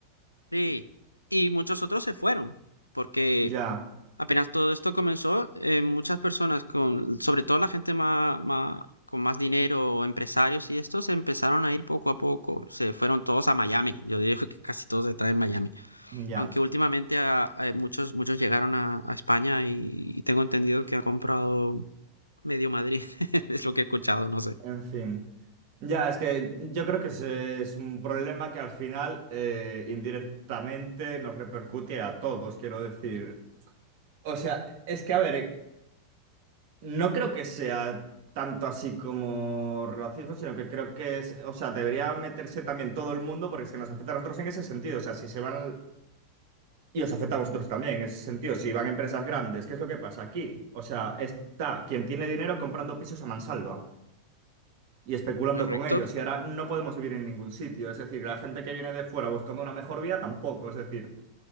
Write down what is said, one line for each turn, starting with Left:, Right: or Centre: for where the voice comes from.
Left: Sí. Y muchos otros se fueron, porque
Right: Ya.
Left: apenas todo esto comenzó, eh, muchas personas con, sobre todo la gente más, con más dinero, o empresarios y estos, se empezaron a ir poco a poco. Se fueron todos a Miami. Yo digo que casi todos están en Miami.
Right: Ya,
Left: Aunque últimamente a- a- muchos, muchos llegaron a, a España y, y tengo entendido que han comprado medio Madrid, <laughs> es lo que he escuchado, no sé.
Right: en fin. Ya, es que yo creo que ese es un problema que al final eh, indirectamente nos repercute a todos, quiero decir. O sea, es que, a ver, no creo que sea tanto así como racismo, sino que creo que es, o sea, debería meterse también todo el mundo porque es que nos afecta a nosotros en ese sentido. O sea, si se van, y os afecta a vosotros también en ese sentido, si van empresas grandes, ¿qué es lo que pasa aquí? O sea, está quien tiene dinero comprando pisos a mansalva. y especulando
Left: Correcto.
Right: con ellos. Y ahora no podemos vivir en ningún sitio. Es decir, la gente que viene de fuera buscando una mejor vida tampoco. Es decir,